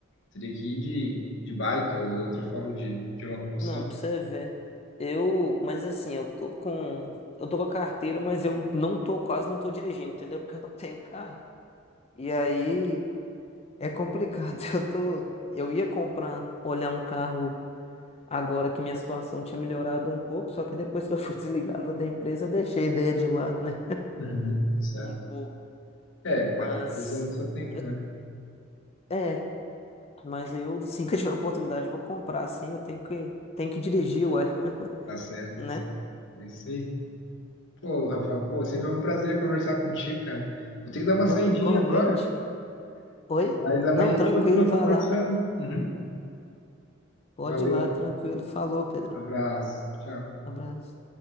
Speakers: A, on the left (about 65°); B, on the left (about 30°).
A: Teria que ir de, de bike ou outra forma de, de locomoção.
B: Não, pra você ver. Eu, mas assim, eu tô com, eu tô com a carteira, mas eu não tô, quase não tô dirigindo, entendeu? <laughs> Porque eu não tenho carro. E aí é complicado. <laughs> Eu tô, eu ia comprar, olhar um carro agora que minha situação tinha melhorado um pouco, só que depois que eu fui <laughs> desligado lá da empresa, eu deixei a ideia de lado, né?
A: Uhum. Tá certo.
B: Um pouco.
A: É,
B: Mas
A: cada coisa é no seu tempo,
B: eu,
A: né?
B: é, mas eu, assim que eu tiver a oportunidade, eu vou comprar, assim, eu tenho que, tenho que dirigir, uai,
A: Tá certo.
B: né?
A: assim. É isso aí. Pô, Rafael, pô, sempre é um prazer conversar contigo, cara. Vou ter que dar uma saidinha
B: Não, igualmente.
A: agora,
B: Oi?
A: mas amanhã
B: Não,
A: a
B: tranquilo,
A: gente continua
B: vai
A: conversando.
B: lá.
A: Uhum.
B: Pode
A: Valeu,
B: ir lá, tranquilo. Falou, Pedrão.
A: abraço, tchau.
B: Abraço.